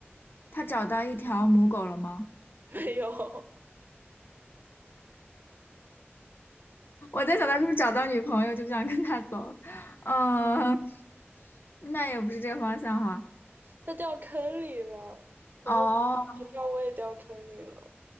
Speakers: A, on the left; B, on the right.
A: 他找到一条母狗了吗？
B: <laughs> 没有，
A: <laughs> 我在想他是不是找到女朋友就不想跟他走了。嗯，<laughs> 那也不是这个方向哈。
B: 他掉坑里了，然后
A: 哦。
B: 他我也掉坑里了。